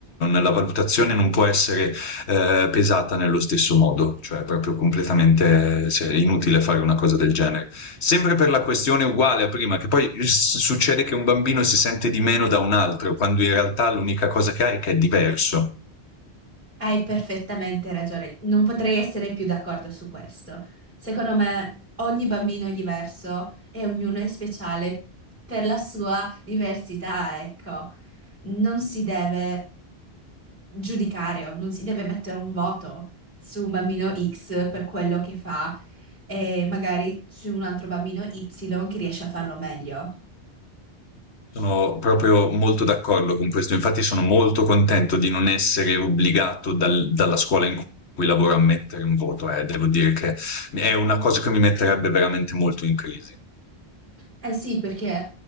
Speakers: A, on the left; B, on the right.
A: La valutazione non può essere eh, pesata nello stesso modo, cioè proprio completamente cioè, inutile fare una cosa del genere. Sempre per la questione uguale a prima, che poi s- succede che un bambino si sente di meno da un altro, quando in realtà l'unica cosa che ha è che è diverso.
B: Hai perfettamente ragione, non potrei essere più d'accordo su questo. Secondo me ogni bambino è diverso e ognuno è speciale per la sua diversità, ecco. Non si deve giudicare o non si deve mettere un voto su un bambino X per quello che fa e magari su un altro bambino Y che riesce a farlo meglio.
A: Sono proprio molto d'accordo con questo, infatti sono molto contento di non essere obbligato dal- dalla scuola in cui lavoro a mettere un voto, eh. Devo dire che è una cosa che mi metterebbe veramente molto in crisi.
B: Eh sì, perché